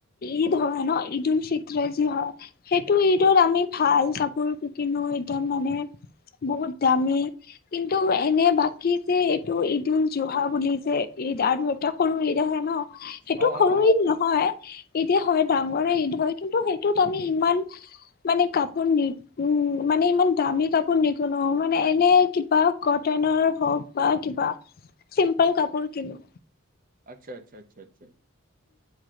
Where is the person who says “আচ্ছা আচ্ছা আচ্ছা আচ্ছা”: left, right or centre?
Right